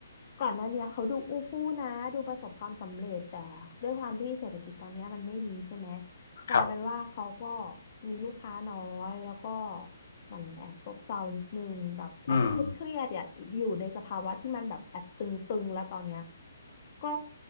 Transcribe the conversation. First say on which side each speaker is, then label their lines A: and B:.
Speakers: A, on the left (about 40°); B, on the left (about 70°).
A: ก่อนหน้าเนี้ยเขาดูอู้ฟู่นะดูประสบความสำเร็จแต่ด้วยความที่เศรษฐกิจตอนเนี้ยมันไม่ดีใช่ไหม กลายเป็นว่าเขาก็
B: ครับ
A: มีลูกค้าน้อยแล้วก็มันแอบซบเซานิดนึงแบบแอบเครียดเครียดอ่ะอยู่ในสภาวะที่มันแบบแอบตึงๆแล้วตอนเนี้ย
B: อืม
A: ก็